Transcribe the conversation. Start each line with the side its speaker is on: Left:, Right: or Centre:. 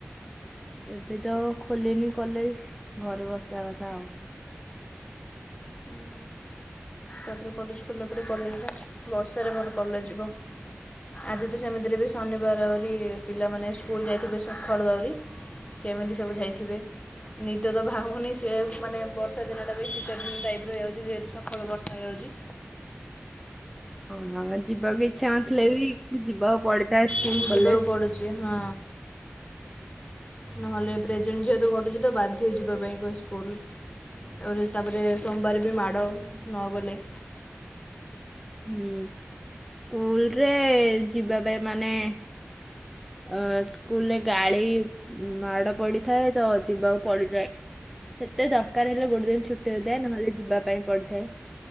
Centre: ଏବେ ତ ଖୋଲିନି କଲେଜ ଘରେ ବସିବା କଥା ଆଉ
Left: ହୁଁ ତାପରେ କଲେଜ ଖୋଲିଲା ପରେ କଲେଜ ବର୍ଷାରେ ମୋର କଲେଜ ଯିବ ଆଜି ତ ସେମିତିରେ ବି ଶନିବାର ଆହୁରି ପିଲାମାନେ ସ୍କୁଲ୍ ଯାଇଥିବେ ସକାଳୁ ଆହୁରି କେମିତି ସବୁ ଯାଇଥିବେ? ନିଦ ତ ଭାଙ୍ଗୁନି ସେ ମାନେ ବର୍ଷା ଦିନ ଟା ବି ଶୀତ ଦିନ ଟାଇପ୍ ର ହେଇ ଯାଉଛି ଯେହେତୁ ସକାଳୁ ବର୍ଷା ହେଇଯାଉଚି।
Centre: ହଁ ମାମା ଯିବାକୁ ଇଚ୍ଛା ନଥିଲେ ବି ଯିବାକୁ ପଡିଥାଏ। ସ୍କୁଲ
Left: କୁ ଯିବାକୁ
Centre: କଲେଜ।
Left: ପଡୁଛି ହଁ। ନହେଲେ ପ୍ରେଜେଣ୍ଟ ଯେହେତୁ ଘଟୁଛି ତ ବାଧ୍ୟ ଯିବା ପାଇଁ କ ସ୍କୁଲ୍। ଆହୁରି ତାପରେ ସୋମ୍ବାର ବି ମାଡ଼ ନଗଲେ।
Centre: ହୁଁ ସ୍କୁଲ୍ ରେ ଯିବା ପାଇଁ ମାନେ ଅ ସ୍କୁଲ୍ ରେ ଗାଳି ମାଡ ପଡିଥାଏ ତ ଯିବାକୁ ପଡିଥାଏ। ସେତେ ଦର୍କାର ହେଲେ ଗୋଟେ ଦିନ୍ ଛୁଟି ହୋଇଥାଏ, ନହେଲେ ଯିବା ପାଇଁ ପଡିଥାଏ।